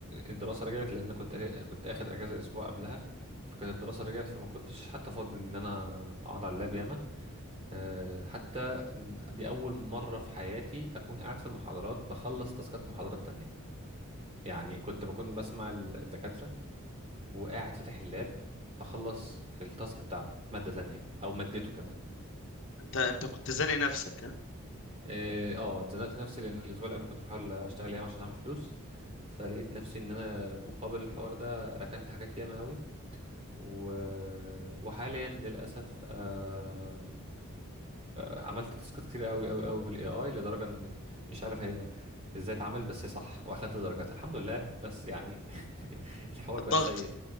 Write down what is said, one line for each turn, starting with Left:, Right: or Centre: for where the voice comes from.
Right: الدراسه رجعت لان انا كنت كنت اخد اجازه اسبوع قبلها فكانت الدراسه رجعت فما كنتش حتى فاضي ان انا اقعد على اللاب ياما آه حتى إن دي اول مره في حياتي اكون قاعد في المحاضرات بخلص تاسكات محاضرات تانية يعني كنت بكون بسمع ال- الدكاتره وقاعد فاتح اللاب بخلص التاسك بتاع مادة تانية او مادته كمان
Left: انت انت كنت زانق نفسك ها
Right: اه آه، اتزنقت نفسي لان الاسبوع اللي قبل كنت بحاول اشتغل ياما عشان اعمل فلوس فلقيت نفسي ان انا مقابل الحوار ده ركنت حاجات ياما قوي و... وحاليا للاسف آه... عملت تاسكات كتير قوي قوي قوي بالاي اي لدرجه ان مش عارف هي ازاي اتعمل بس هي صح واخدت درجات الحمد لله بس يعني <laughs> الحوار
Left: الضغط
Right: بقى سيء